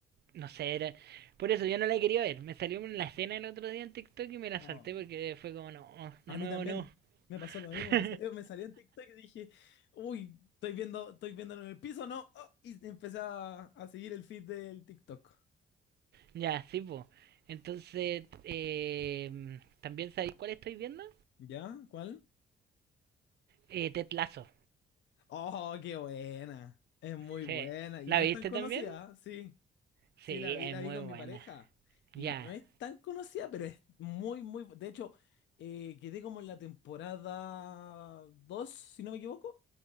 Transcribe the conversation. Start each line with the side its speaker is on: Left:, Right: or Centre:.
Right: No sé, era. Por eso yo no la quería ver. Me salió en la escena el otro día en TikTok y me la
Left: Oh.
Right: salté porque fue como, no, de
Left: A
Right: nuevo
Left: mí también
Right: no.
Left: me pasó lo mismo,
Right: <laughs>
Left: me salió, me salió en TikTok y dije, uy, estoy viendo, estoy viéndolo en el piso, ¿no? Oh, y empecé a, a seguir el feed del TikTok.
Right: Ya, sí, po. Entonces, eh, ¿también sabéis cuál estoy viendo?
Left: ¿Ya? ¿Cuál?
Right: Eh, Ted Lasso.
Left: Oh, qué buena. Es muy
Right: Sí.
Left: buena. Y
Right: ¿La
Left: no es
Right: viste
Left: tan conocida,
Right: también?
Left: sí.
Right: Sí,
Left: Sí, la vi,
Right: es
Left: la
Right: muy
Left: vi con
Right: buena.
Left: mi pareja. Y
Right: Ya.
Left: no es tan conocida, pero es muy, muy. bu- De hecho, eh, quedé como en la temporada 2, si no me equivoco.